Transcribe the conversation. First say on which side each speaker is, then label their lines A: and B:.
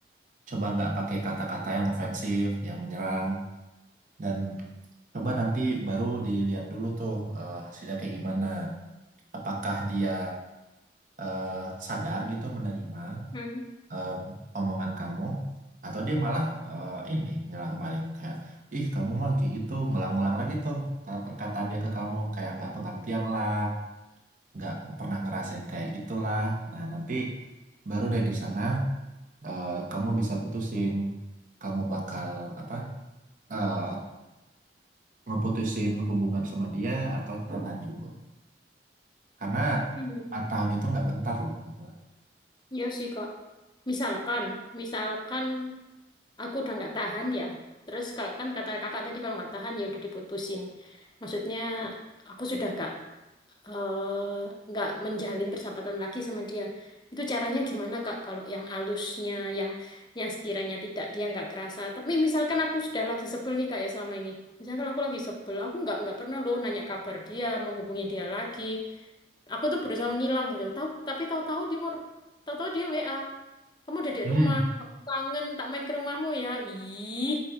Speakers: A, on the right; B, on the left.
A: coba nggak pakai kata-kata yang ofensif, yang menyerang, dan coba nanti baru dilihat dulu tuh eh, hasilnya kayak gimana. Apakah dia eh, sadar gitu menerima
B: Hmm.
A: eh, omongan kamu atau dia malah eh, ini nyelang balik kayak ih kamu mah kayak gitu ngulang-ngulang lagi tuh kalau perkataan dia ke kamu kayak nggak pengertian lah nggak pernah ngerasain kayak gitulah nah nanti baru dari di sana eh, kamu bisa putusin kamu bakal apa eh, ngeputusin hubungan sama dia atau tetap lanjut karena
B: Hmm.
A: 4 tahun itu nggak bentar loh gitu.
B: Ya sih kok. Misalkan, misalkan aku udah nggak tahan ya. Terus kalau kan kata kakak tadi kalau nggak tahan ya udah diputusin. Maksudnya aku sudah nggak eh, nggak menjalin persahabatan lagi sama dia. Itu caranya gimana Kak? Kalau yang alusnya, yang yang sekiranya tidak dia nggak kerasa. Tapi misalkan aku sudah lagi sebel nih Kak ya selama ini. Misalkan aku lagi sebel, aku nggak nggak pernah loh nanya kabar dia, menghubungi dia lagi. Aku tuh berusaha menghilang gitu. Tahu tapi tahu-tahu dia mau tahu-tahu dia WA. Kamu udah di
A: Hmm.
B: rumah, aku kangen, tak main ke rumahmu ya. Ih,